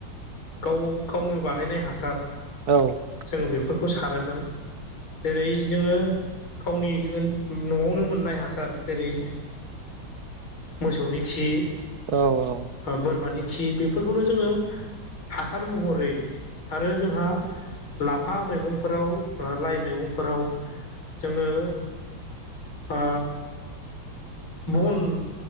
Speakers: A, on the left (about 85°); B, on the right (about 55°).
A: गाव गावनो बानायनाय हासार
B: औ
A: जोङो बेफोरखौ सारोमोन जेरै जोङो गावनि न'आवनो मोननाय हासार जेरै मोसौनि खि
B: औ औ
A: ओ बोरमानि खि बेफोरखौनो जोङो हासार महरै आरो जोंहा लाफा मैगंफोराव ओ लाइ मैगंफोराव जोङो ओ बुन